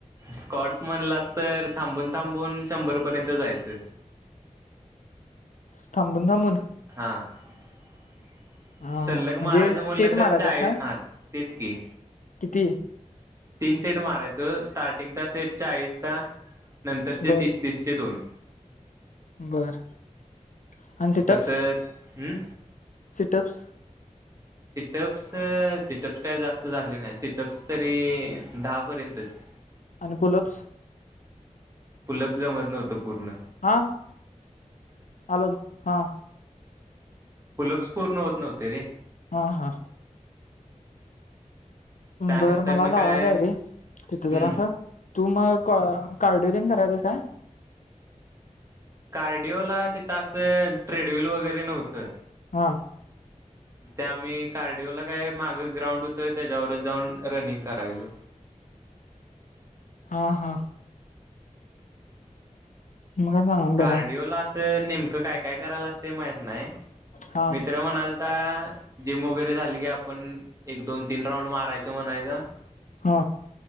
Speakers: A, on the right (about 25°); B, on the left (about 75°).
A: स्कॉट्स म्हणलास तर थांबून, थांबून शंभर पर्यंत जायचं.
B: <inaudible> असं थांबून, थाबुन.
A: हा. <inaudible>
B: हा
A: सल्लग
B: हा म्हणजे
A: मारायचं म्हललं
B: सेट
A: तर
B: मारायचास
A: चाळीस
B: काय
A: ह तेच की.
B: किती?
A: तीन सेट मारायचो स्टार्टिंगचा सेट चाळीसचा नंतरचे
B: बर
A: तिस-तीसचे दोन.
B: बर. <inaudible> अन सिटअप्स
A: तसं हम्म
B: <inaudible> सिटअप्स.
A: सिटअप्स, सिटअप्स काय जास्त झाले नाही सिटअप्स तरी दहा पर्यंतच.
B: अन पुलअप्स
A: पुलप जमत नव्हतं. पूर्ण
B: हा हॅलो हा
A: पुल्लाप्स पूर्ण होत नव्हते रे
B: हा हा
A: त्यानंतर
B: बरं मला
A: न
B: लावायच
A: काय
B: आहे रे तिथं
A: हम्म
B: जरा असं तू मग कार्डिओलन करायचस काय
A: कार्डिओला तिथं असं ट्रेडल वगैरे नव्हतं
B: वां
A: त्या आम्ही कार्डिओला काय मागं ग्राउंड होतो त्याच्यावरच जाऊन रनिंग करायचो
B: अ् <inaudible> हा हा मग सांग बरं
A: कार्डिओला नेमकं काय काय कराय लागत माहत नाही
B: हा
A: मित्र म्हणाल आता जिम वगैरे झाली की आपण एक दोन तीन राऊंड मारायचं म्हणायचं
B: हा